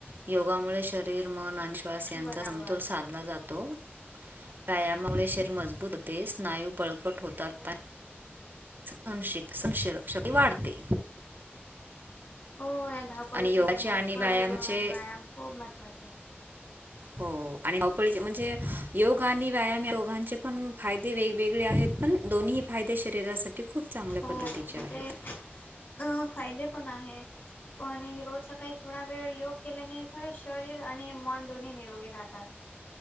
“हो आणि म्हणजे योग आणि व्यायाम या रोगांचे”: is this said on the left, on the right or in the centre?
Right